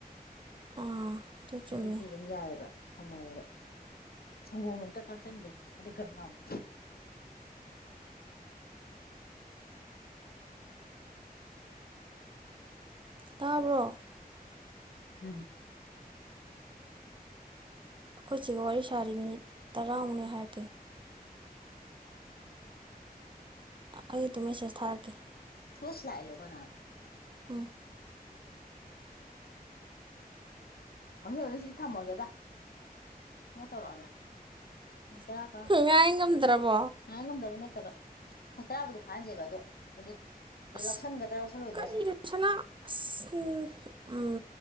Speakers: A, on the right; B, on the left.
A: ꯑꯥ ꯑꯗꯨ ꯆꯨꯝꯃꯤ
B: ꯑꯗꯨꯁꯨ ꯑꯗꯨꯝ ꯌꯥꯏꯑꯕ ꯊꯝꯍꯧꯕ ꯁꯪꯒꯣꯝ ꯑꯝꯇ ꯊꯥꯛꯆꯟꯒꯦ ꯑꯝꯇꯥ꫰ꯒꯠ ꯂꯥꯎꯅ
A: ꯇꯥꯕ꯭ꯔꯣ
B: ꯍꯝ
A: ꯑꯩꯈꯣꯏꯁꯤꯒ ꯋꯥꯔꯤ ꯁꯥꯔꯤ ꯃꯤꯅꯤꯠ ꯇꯔꯥꯃꯨꯛ ꯂꯩꯔꯥ ꯍꯥꯏꯔꯛꯀꯦ
B: ꯑ
A: ꯑꯩ ꯗꯨꯝ ꯃꯦꯁꯦꯁ ꯊꯥꯔꯛꯀꯦ
B: <unintelligible> ꯀꯅꯥꯅꯣ
A: ꯎꯝ
B: ꯍꯣꯏ ꯍꯣꯏ ꯁꯤ ꯊꯝꯃꯒꯦꯗ ꯃꯨꯛ ꯇꯧꯔꯛꯑꯒꯦ <unintelligible>
A: ꯉꯥꯏ ꯉꯝꯗ꯭ꯔꯕꯣ
B: ꯉꯥꯏ ꯉꯝꯗꯕ ꯅꯠꯇꯕ ꯍꯞꯇꯕꯨꯗꯤ ꯐꯗ꯭ꯔꯤꯕ ꯑꯗꯣ ꯅꯨꯃꯤꯠ
A: ꯑꯁ
B: ꯂꯧꯁꯟꯒꯗ꯭ꯔꯥ ꯂꯧꯁꯜꯂꯣꯏꯗ꯭ꯔꯥ
A: ꯀꯔꯤꯅꯣ
B: ꯁꯤꯅꯤ
A: ꯁꯅꯥ ꯑꯁ ꯑꯥ